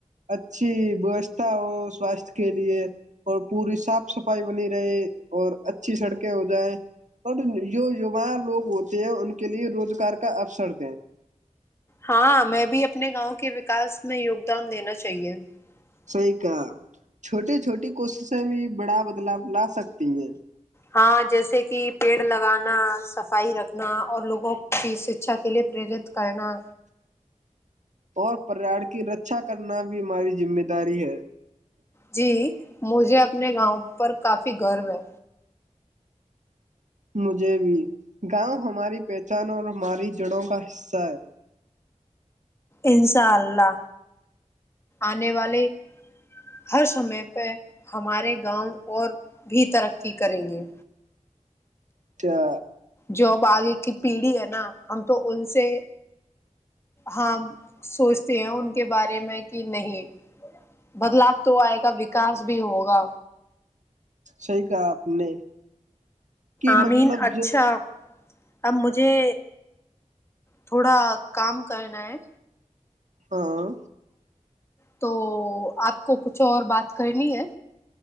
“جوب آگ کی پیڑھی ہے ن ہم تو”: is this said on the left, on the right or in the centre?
Left